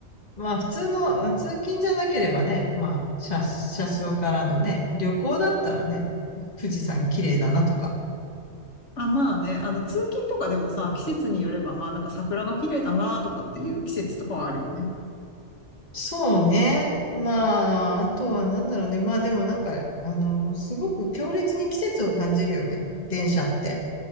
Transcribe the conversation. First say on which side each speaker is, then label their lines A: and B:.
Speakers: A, on the left; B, on the left.
A: まあ、普通の、通勤じゃなければね、まあ、車、車窓からのね、旅行だったらね、富士山綺麗だなとか、
B: あ、まあね、あの、通勤とかでもさ、季節によれば、まあなんか桜が綺麗だなとかっていう季節とかはあるよね。
A: そうね。まあ、あとはなんだろうね。まあでもなんか、あの、すごく強烈に季節を感じるよね。電車って。